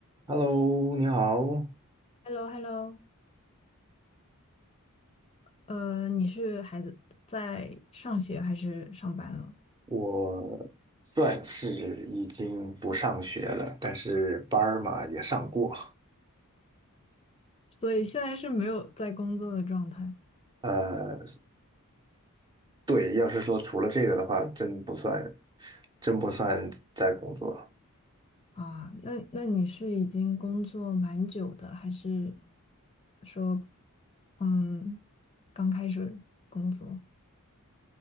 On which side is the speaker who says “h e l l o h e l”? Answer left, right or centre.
Left